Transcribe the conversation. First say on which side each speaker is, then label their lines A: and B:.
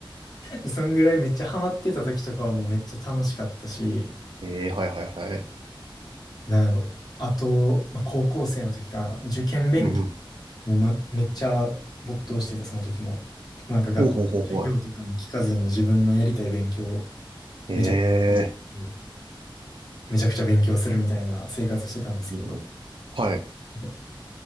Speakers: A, on the left; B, on the right.
A: う。そんぐらいめっちゃハマってた時とかはもうめっちゃ楽しかったし、
B: ええはいはいはい。
A: なんやろ。あと、まあ、高校生の時かな。受験勉強
B: うんうん。
A: も、ま、めっちゃ没頭してて、その時も。もうなんか学校の授業とかも聞かずに自分のやりたい勉強を
B: おうほうほうほう。ええ
A: めちゃくちゃ、めちゃくちゃ勉強するみたいな生活してたんですけど。
B: うんうんはい。う
A: で